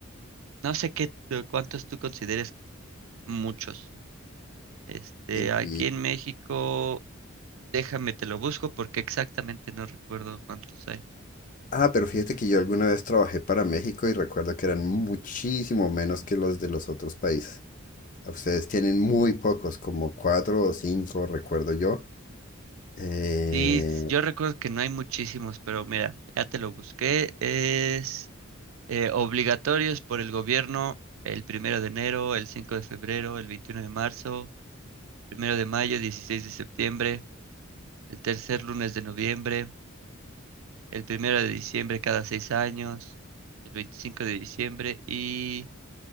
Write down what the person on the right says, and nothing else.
no sé qué, cuántos tú consideres muchos. Este,
aquí
en México. Déjame, te lo busco porque exactamente no recuerdo cuántos hay.
Sí, s- yo recuerdo que no hay muchísimos, pero mira, ya te lo busqué. Es eh, obligatorios por el gobierno el primero de enero, el 5 de febrero, el 21 de marzo, primero de mayo, 16 de septiembre, el tercer lunes de noviembre, el primero de diciembre cada seis años, el 25 de diciembre y